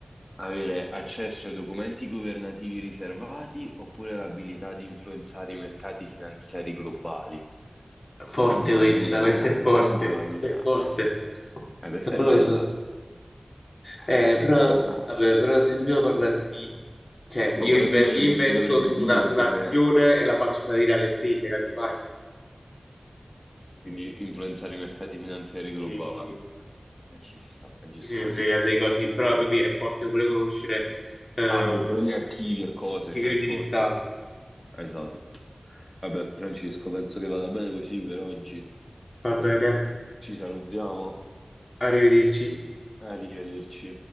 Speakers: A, on the left; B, on the left.
A: Avere accesso ai documenti governativi riservati oppure l'abilità di influenzare i mercati finanziari globali.
B: Forte
A: Mamma
B: questa,
A: mia,
B: questa è forte,
A: <laughs> mamma
B: questa
A: mia.
B: è forte.
A: Eh, questa
B: Non
A: è bella.
B: lo so.
A: Eh,
B: Eh,
A: questa
B: però,
A: è bella.
B: vabbè, però se dobbiamo parlare di... Cioè,
A: Boh,
B: io,
A: però
B: inve-
A: ti dovrebbe,
B: io investo
A: ti dovrebbe
B: su
A: dire
B: una- un'azione
A: come
B: e la faccio salire alle stelle, capi? Facile.
A: quindi influenzare i mercati finanziari globali.
B: Sì, sì, sì.
A: E ci sta, è giusto
B: Chi se ne
A: così.
B: frega dei così, però capì, è forte pure conoscere eh,
A: Ah, boh, pure gli
B: i
A: archivi e cose,
B: i segreti
A: cioè, è forte.
B: di Stato.
A: Esatto. Vabbè, Francesco, penso che vada bene così per oggi.
B: Va bene,
A: Ci salutiamo.
B: arrivederci.
A: Arrivederci.